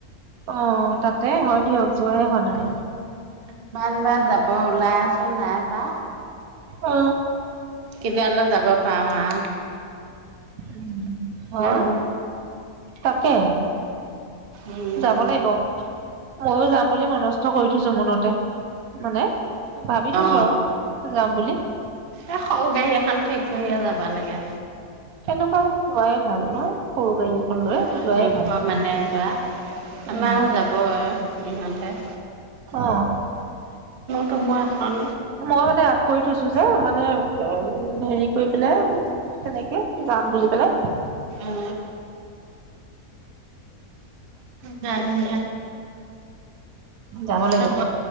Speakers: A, on the right; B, on the right.
A: অ তাতে হয় দিয়ক যোৱাই হোৱা নাই
B: কিমানবাৰ যাব ওলাই আছো নাই বা
A: অ
B: কিবা অললে যাব পাওঁ আ
A: উম হয়
B: ন
A: তাকে
B: উম
A: যাব লাগিব মইয়ো যাম বুলি মন- কষ্ট কৰি থৈছো মনতে মানে ভাবি থৈছো
B: অ
A: আৰু যাম বুলি
B: এ খৌ গাড়ী খাম ঠিক কৰিয়ে যাব লাগে
A: তেেনেকুৱা চোৱাই ভাল নহয় সৰু গাড়ী এখন লৈ
B: অ
A: যোৱাই
B: দুশ
A: ভাল
B: মানে যোৱা
A: উম
B: আমাৰও যাব আৰু ইহতে
A: অ
B: তুমু এখন
A: মই মানে আগ কৰি থৈছো যে মানে উ হেৰি কৰি পেলাই তেনেকে যাম বুলি বলে
B: উ গ উ
A: যাব লাগিব
B: হব